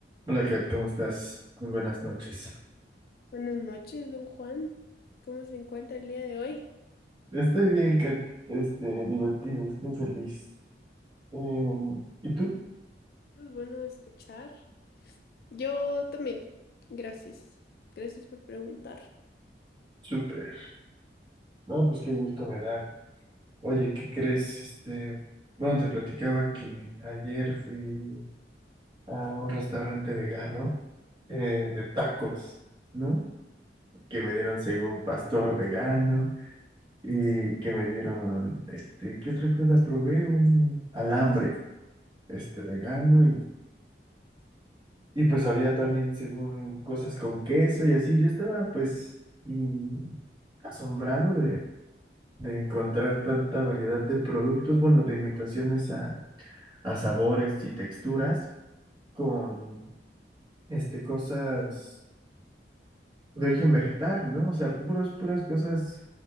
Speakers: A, on the right; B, on the left.
A: Hola Kat, ¿cómo estás? Muy buenas noches.
B: Buenas noches, don Juan. ¿Cómo se encuentra el día de hoy?
A: Estoy bien, Kat. Este, divertido, estoy feliz. Em, ¿y tú?
B: Es bueno escuchar. Yo también. Gracias. Gracias por preguntar.
A: Súper. No, pues qué gusto me da. Oye, ¿qué crees? Este, bueno, te platicaba que ayer fui a un restaurante vegano eh, de tacos, ¿no? Que me dieron según pastor vegano y que me dieron, este, ¿qué otra cosa probé? Un alambre, este, vegano Y pues había también, según cosas con queso y así, yo estaba pues mm, asombrado de, de encontrar tanta variedad de productos, bueno, de imitaciones a, a sabores y texturas con este, cosas de origen vegetal, ¿no? O sea, puros, puras cosas,